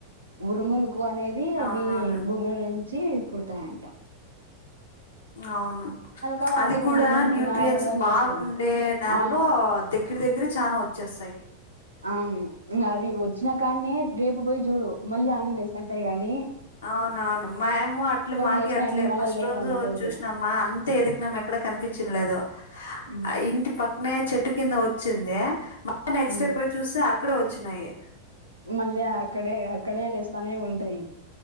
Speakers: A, on the right; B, on the left.
A: ఉరుములు ఎక్కువ అనేది అవి
B: అవునవును
A: భూమిలో జప్పుడుతా ఏంట
B: అవును
A: కాలం
B: అది
A: అంటే ఇంగ
B: కూడా
A: ఉరుములు
B: న్యూట్రియన్స్
A: నార్మల్ గానే
B: బాగుండే
A: వస్తాయి నీకు
B: నేలలో
A: ఆ
B: దగ్గర దగ్గర చానా వచ్చేస్తాయి.
A: అవును ఇం అవి వచ్చినా కాన్న రేపు పోయి చూడు మళ్ళీ ఆనేలేస్తుంటాయి గానీ
B: అవునవును మేము అట్లే మాక
A: లేసినాయని
B: అట్లే
A: మళ్ళా
B: ఫస్ట్
A: లేవు
B: రోజు
A: అనుకోవద్దు
B: చూసినమ్మా అంతే ఎదికినాం ఎక్కడ కనిపించంలేదు
A: ఉమ్.
B: ఆ ఇంటి పక్కనే చెట్టు కింద వచ్చ వచ్చింది నెక్స్ట్
A: ఉమ్.
B: డే పోయి చూస్తే ఆ ఇక్కడ వచ్చినాయి
A: మళ్ళీ అక్కడే అక్కడే లేస్తానే ఉంటాయి